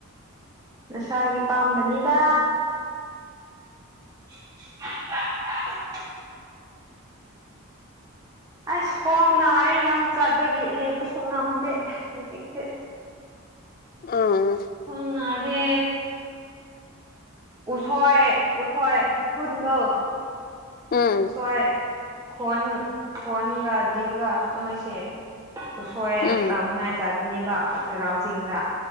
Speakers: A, on the right; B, on the left.
A: ꯅꯁꯥꯒꯤ ꯄꯥꯝꯕꯅꯤꯗ <unintelligible> ꯑꯁ ꯍꯣꯡ ꯅꯥꯔꯦ ꯌꯥꯝ ꯆꯥꯠꯄꯒꯤ ꯂꯦꯞꯄꯁꯨ ꯉꯝꯗꯦ ꯍꯧꯖꯤꯛꯁꯦ
B: ꯑꯥ
A: ꯈ꯭ꯋꯥꯡ ꯅꯥꯔꯦ ꯎꯁꯣꯏ ꯎꯁꯣꯏ ꯐꯨꯟꯗꯣ
B: ꯎꯝ
A: ꯎꯁꯣꯏ ꯈꯣꯟ ꯈꯣꯟꯒ ꯗꯤꯌꯨꯒ ꯅꯣꯏꯁꯦ ꯎꯁꯣꯏ
B: ꯎꯝ
A: ꯂꯥꯎꯅꯤꯉꯥꯏ ꯆꯥꯠꯅꯦꯕ ꯆꯩꯔꯥꯎ ꯆꯤꯡꯗ